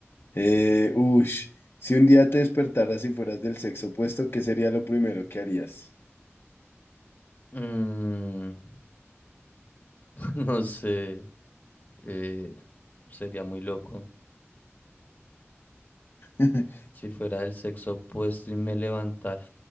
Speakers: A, on the left; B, on the left.
A: Eh, ush, si un día te despertaras y fueras del sexo opuesto, ¿qué sería lo primero que harías?
B: Mm, <laughs> no sé, eh, sería muy loco
A: <laughs>
B: si fuera del sexo opuesto y me levantara.